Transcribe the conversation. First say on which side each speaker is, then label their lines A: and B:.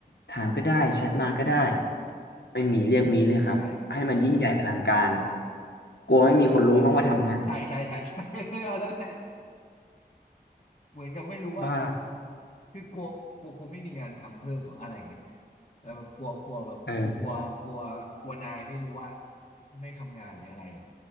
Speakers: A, on the left; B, on the left.
A: ถามก็ได้แชทมาก็ได้
B: เออ
A: ไม่มีเรียกมีเลยครับให้มันยิ่งใหญ่อลังการ
B: เออใช่
A: กลัวไม่มีคนรู้มั้งว่าทำงาน
B: เหมือนเหมือนใช่ใช่ใช่ใช่ <laughs> อันนั้นแหละ เหมือนกับไม่รู้ว่าเออ
A: บ้า
B: คือกลัวกลัวกูไม่มีงานทำเพิ่มเหรออะไรอย่างเงี้ยแล้วแบบกลัวกลัวแบบกลัวกลัวกลัวนายไม่รู้ว่า
A: เออ
B: ไม่ทำงานหรืออะไรหรอ